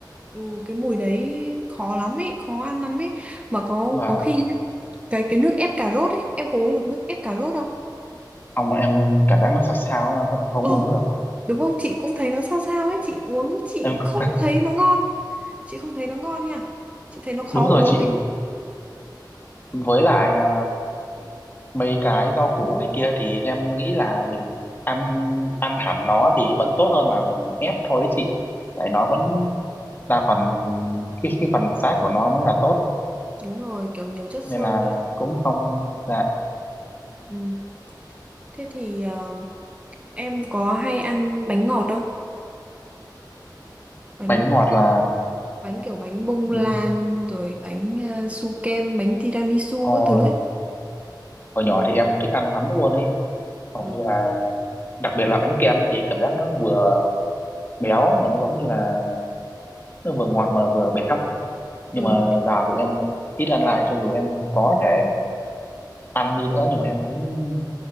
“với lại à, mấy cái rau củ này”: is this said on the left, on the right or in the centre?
Left